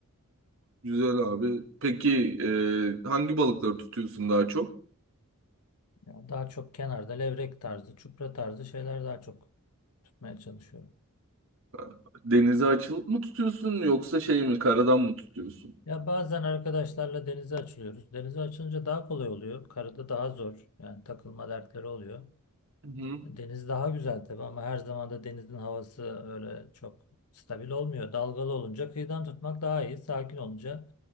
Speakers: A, on the right; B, on the left.
A: güzel abi. Peki e, hangi balıkları tutuyorsun daha çok?
B: Ya daha çok kenarda levrek tarzı, çupra tarzı şeyler daha çok tutmaya çalışıyorum.
A: Ha, Denize açılıp mı tutuyorsun yoksa şey mi karadan mı tutuyorsun?
B: Ya bazen arkadaşlarla denize açılıyoruz. Denize açılınca daha kolay oluyor. Karada daha zor. Yani takılma dertleri oluyor.
A: Hı hı.
B: Deniz daha güzel tabii ama her zaman da denizin havası öyle çok stabil olmuyor. Dalgalı olunca kıyıdan tutmak daha iyi. Sakin olunca